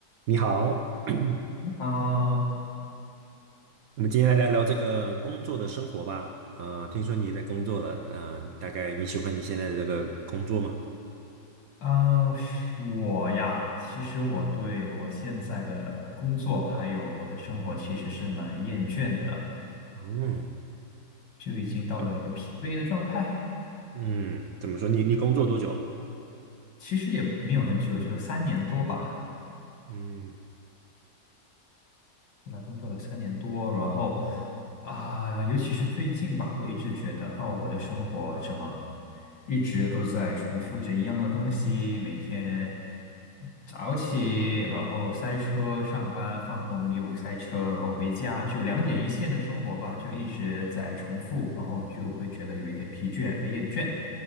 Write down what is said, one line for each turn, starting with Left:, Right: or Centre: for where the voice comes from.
Right: 你好，<clears throat> 我
Left: 嗯
Right: 们今天来聊聊这个工作的生活吧。啊、听说你也在工作了，啊、大概你喜欢你现在的这个工作吗？
Left: 嗯，是我呀，其实我对我现在的工作还有我的生活其实是蛮厌倦的，
Right: 嗯，
Left: 就已经到了一个疲惫的状态。
Right: 呃嗯，怎么说？你你工作多久了？
Left: 其实也没有很久，就有三年多吧。
Right: 嗯
Left: 出来工作了三年多，然后啊，尤其是最近吧，会一直觉得哦，我的生活怎么一直都在重复着一样的东西，每天早起，然后塞车上班，放工又塞车，然后回家，就两点一线的生活吧，就一直在重复，然后就会觉得有一点疲倦和厌倦。